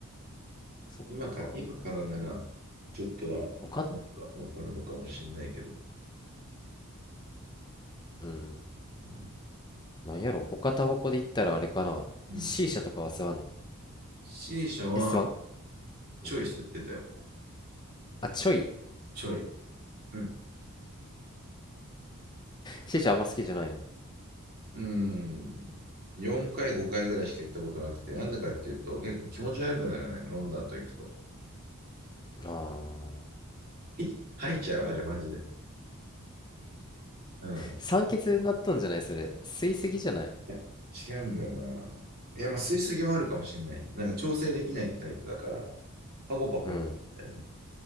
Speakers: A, on the left; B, on the right.
A: そっか。
B: 今か、今からなら、ちょっとは、
A: 他、
B: なんかわかるのかもしれないけど。
A: うん。
B: うん。
A: なんやろう他タバコで言ったらあれかな。
B: うん。
A: シーシャとかは吸わんの
B: C 社は、
A: え、吸わん
B: ちょい吸ってたよ。
A: うん。あ、ちょい。
B: ちょい。うん。
A: シーシャあんま好きじゃないの。
B: うん。4回、5回ぐらいしか行ったことなくて、なんでかっていうと、結構気持ち悪くなるね。飲んだ後行くと。
A: ああ。
B: い吐いちゃう、あれ、マジで。うん。
A: 酸欠になっとんじゃないそれ。
B: い
A: 吸いすぎじゃない
B: や、違うんだよな。いや、まあ、吸いすぎもあるかもしれない。なんか調整できないタイプだから、パコパコいったよね。
A: うん。